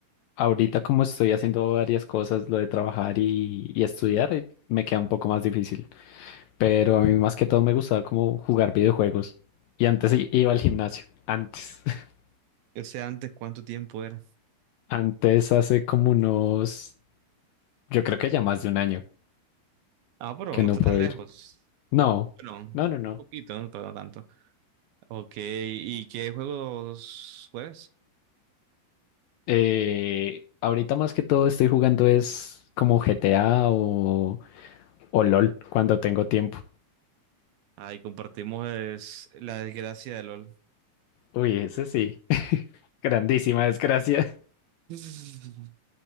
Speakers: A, on the left; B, on the right.
A: ahorita como estoy haciendo varias cosas, lo de trabajar y, y estudiar, eh, me queda un poco más difícil. Pero a mí más que todo me gustaba como jugar videojuegos. Y antes i- iba al gimnasio, antes. <laughs>
B: Yo sé antes cuánto tiempo era.
A: Antes hace como unos, yo creo que ya más de un año
B: Ah, pero
A: que
B: no
A: no
B: está
A: puedo
B: tan lejos.
A: ir. No,
B: Bueno, un
A: no, no, no.
B: poquito, pero no tanto. Ok, ¿y qué juegos juegas?
A: Eh, ahorita más que todo estoy jugando es como GTA o, o LOL cuando tengo tiempo.
B: Ahí compartimos es, la desgracia de LOL.
A: Uy, ese sí. Grandísima desgracia.
B: <laughs>